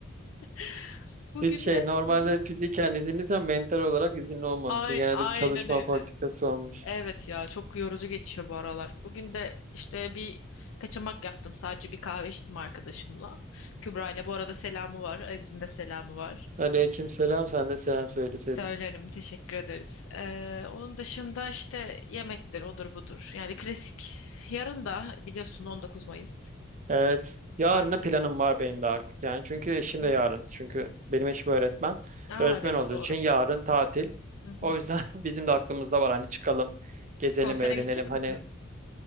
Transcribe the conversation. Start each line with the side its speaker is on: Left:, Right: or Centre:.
Left: <laughs> Bugün
Right: Biz şey
Left: de
Right: normalde
Left: Hı hı.
Right: fiziken izinliysen mental olarak izinli olmamışsın.
Left: ay
Right: Genelde
Left: aynen
Right: bir çalışma
Left: öyle.
Right: politikası olmuş.
Left: Evet ya çok yorucu geçiyor bu aralar. Bugün de işte bir kaçamak yaptım. Sadece bir kahve içtim arkadaşımla. Kübra ile bu arada selamı var. Aziz'in de selamı var.
Right: Aleykümselam sen de selam söyleseydin.
Left: Söylerim teşekkür ederiz. Ee, onun dışında işte yemektir odur budur. Yani klasik. Yarın da biliyorsun 19 Mayıs
Right: Evet. Yarına
Left: tatiliz.
Right: planım var benim de artık yani. Çünkü eşim
Left: Hı
Right: de
Left: hı.
Right: yarın. Çünkü benim eşim öğretmen.
Left: Aa
Right: Öğretmen
Left: evet
Right: olduğu
Left: doğru.
Right: için yarın tatil.
Left: Hı
Right: O
Left: hı.
Right: yüzden <laughs> bizim de aklımızda var hani çıkalım, gezelim,
Left: Konsere
Right: eğlenelim.
Left: gidecek
Right: Hani
Left: misiniz?